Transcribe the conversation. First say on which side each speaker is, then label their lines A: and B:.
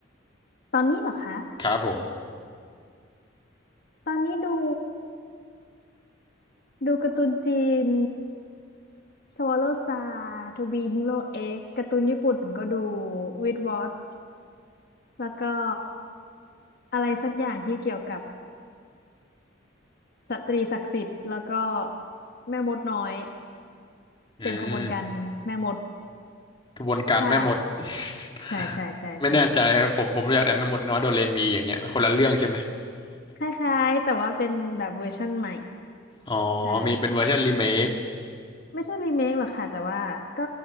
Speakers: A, on the left; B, on the left.
A: ตอนนี้เหรอคะ
B: ครับผม
A: ตอนนี้ดูดูการ์ตูนจีน Swallow Star To Be Hero X การ์ตูนญี่ปุ่นก็ดู With Watch แล้วก็อะไรสักอย่างที่เกี่ยวกับ สตรีศักดิ์สิทธิ์แล้วก็แม่มดน้อย
B: อืม
A: เป็นขบวนการแม่มด
B: กระบวนการแม่มด
A: ใช่
B: <laughs>
A: ใช่ใช่ใช่ใช่ใช่
B: ไม่แน่ใจครับผมผมเรียกแต่แม่มดน้อยโดเรมีอย่างเงี้ยคนละเรื่องใช่ไหม
A: คล้ายๆแต่ว่าเป็นแบบเวอร์ชั่นใหม่
B: อ๋อมีเป็นเวอร์ชันรีเมค
A: ใช่ไม่ใช่รีเมคหรอกค่ะแต่ว่าก็